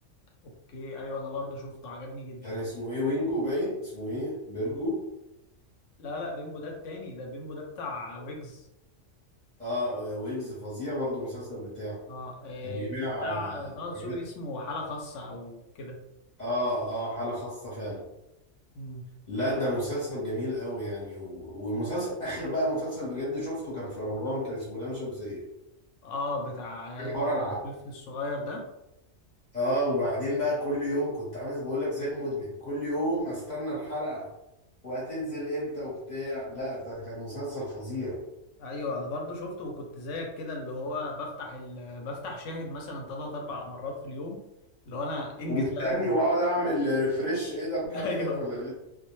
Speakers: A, on the left (about 70°); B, on the left (about 40°).
A: اوكي ايوه انا برضو شفته عجبني جدا
B: كان اسمه إيه وينجو باين اسمه إيه بيرجو
A: لا لا بيمبو ده التاني ده بيمبو ده بتاع ويجز
B: اه ويجز فظيع برضه المسلسل بتاعه
A: اه آه،
B: كان بيبيع
A: بتاع
B: آه،
A: طه
B: حاجات
A: دسوقي اسمه حالة خاصة او كده
B: اه اه حالة خاصة فعلا
A: مم.
B: لا ده مسلسل جميل قوي يعني و- ومسلسل اخر بقى مسلسل بجد شفته كان في رمضان كان اسمه لام شمسية
A: اه بتاع
B: كان ورا العقل
A: الطفل الصغير ده
B: اه وبعدين بقى كل يوم كنت عامل بقول لك زي المدمن كل يوم استنى الحلقة وهتنزل امتى وبتاع لا ده كان مسلسل فظيع
A: ايوه انا برضو شفته وكنت زيك كده اللي هو بفتح ال... بفتح شاهد مثلا ثلاث اربع مرات في اليوم اللي هو انا انجز
B: ومستني
A: بقى انجز
B: واقعد اعمل ريفرش ايه ده
A: <laughs>
B: الحلقة
A: ايوه
B: جت ولا لسه